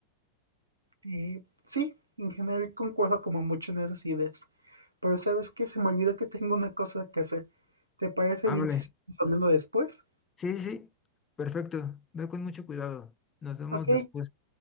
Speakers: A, on the right (about 80°); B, on the left (about 20°).
A: eh, sí, en general concuerdo como mucho en esas ideas. Pero ¿sabes qué? Se me olvidó que tengo una cosa que hacer. ¿Te parece
B: <laughs> Hable.
A: bien si seguimos hablando después?
B: Sí, sí, sí. perfecto. Ve con mucho cuidado. Nos vemos
A: Ok,
B: después.